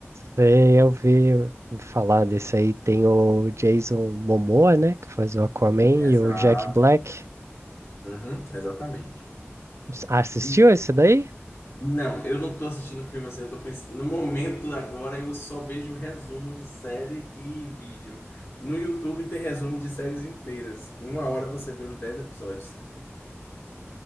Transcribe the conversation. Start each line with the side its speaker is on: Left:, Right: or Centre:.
Right: Sei, eu vi ouvi falar desse aí. Tem o Jason Momoa, né? Que faz o Aquaman
Left: Exato.
Right: e o Jack Black.
Left: Uhum, exatamente.
Right: Ah, Assistiu
Left: E-
Right: esse daí?
Left: não, eu não tô assistindo filme assim, eu tô pensando. No momento agora eu só vejo resumo de série e vídeo. No YouTube tem resumo de séries inteiras. Em uma hora você vê os 10 episódios.